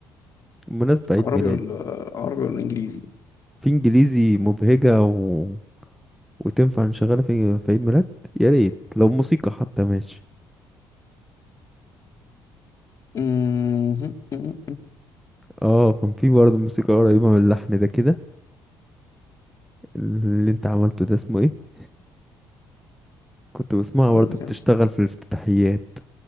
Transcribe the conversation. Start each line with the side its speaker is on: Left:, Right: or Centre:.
Centre: بالمناسبة عيد
Left: عربي
Centre: ميلاد
Left: ولا عربي ولا انجليزي
Centre: في انجليزي مبهجة و... وتنفع نشغلها في... في عيد ميلاد يا ريت لو موسيقى حتى ماشي
Left: أمم،
Centre: اه كان في برضه موسيقى قريبة من اللحن ده كده اللي انت عملته ده اسمه ايه كنت بسمعها
Left: اقول
Centre: برضه
Left: لك
Centre: بتشتغل
Left: انا
Centre: في الافتتاحيات